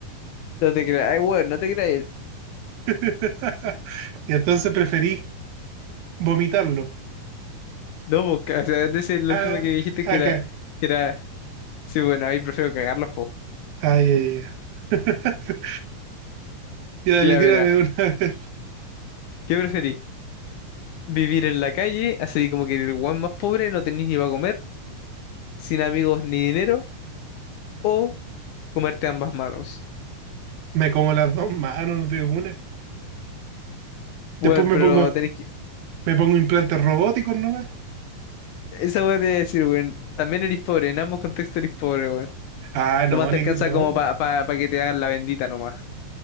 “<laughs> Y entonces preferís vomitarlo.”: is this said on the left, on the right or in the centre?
Right